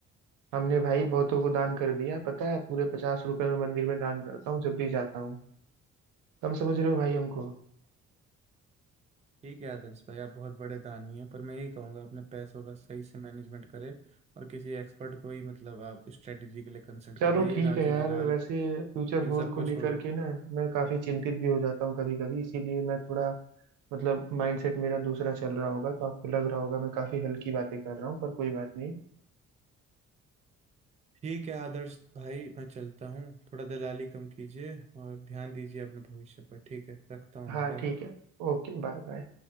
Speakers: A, on the right (about 85°); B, on the right (about 20°).
A: हमने भाई बहुतों को दान कर दिया पता है पूरे पचास रुपए में मंदिर में दान करता हूँ जब भी जाता हूँ कम समझ रहे हो भाई हमको
B: ठीक है आदर्श भाई आप बहुत बड़े दानी हैं पर मैं यही कहूँगा अपने पैसों का सही से मैनेजमेंट करें और किसी एक्सपर्ट को ही मतलब आप स्ट्रेटेजी के लिए कंसल्ट
A: चलो
B: करें ये
A: ठीक
B: राजू
A: है यार
B: दलाल
A: वैसे फ्यूचर
B: इन
A: गोल
B: सबको
A: को लेकर
B: छोड़ो
A: के ना मैं काफी चिंतित भी हो जाता हूँ कभी कभी इसीलिए मैं थोड़ा मतलब माइंडसेट मेरा दूसरा चल रहा होगा तो आपको लग रहा होगा मैं काफी हल्की बातें कर रहा हूँ पर कोई बात नहीं
B: ठीक है आदर्श भाई मैं चलता हूँ थोड़ा दलाली कम कीजिए और ध्यान दीजिए अपने भविष्य पर ठीक है रखता हूँ
A: हाँ
B: मैं बाय
A: ठीक है Okay bye bye